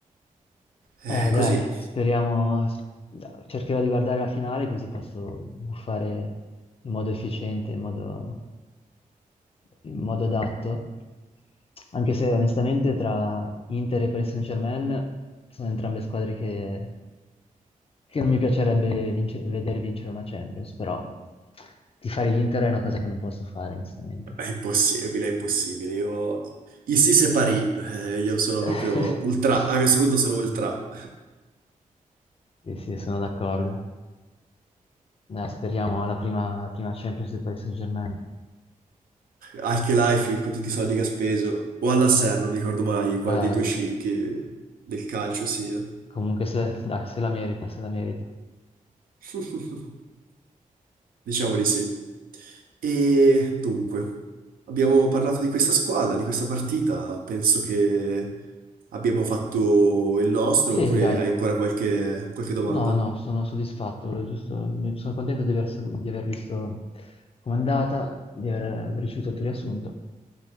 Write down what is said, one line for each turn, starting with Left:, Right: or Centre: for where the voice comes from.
Right: Eh,
Left: Eh, dai,
Right: così.
Left: speriamo, cercherò di guardare la finale così posso fare in modo efficiente, in modo in modo adatto, anche se onestamente tra Inter e Paris Saint-Germain sono entrambe squadre che, che non mi piacerebbe vince- veder vincere una Champions, però tifare l'Inter è una cosa che non posso fare, onestamente.
Right: È impossibile, è impossibile. Io... I Sisse Parì, eh, io sono
Left: <laughs>
Right: proprio ultra, a questo punto sono ultra.
Left: Sì, sì, sono d'accordo. Dai, speriamo alla prima, alla prima Champions del Paris Saint-Germain.
Right: Anche Life con tutti i soldi che ha speso, o all'Asser, non mi ricordo mai quale
Left: Eh,
Right: dei due sceicchi del calcio sia.
Left: comunque, se, dai, se la merita, se la merita.
Right: <laughs> Diciamo di sì. E dunque, abbiamo parlato di questa squadra, di questa partita, penso che abbiamo fatto il nostro,
Left: Sì,
Right: oppure
Left: dai.
Right: hai ancora qualche, qualche domanda?
Left: No, no, sono soddisfatto, volevo giusto- mi- sono contento di aver, sapu- di aver visto com'è andata, di aver ricevuto il tuo riassunto.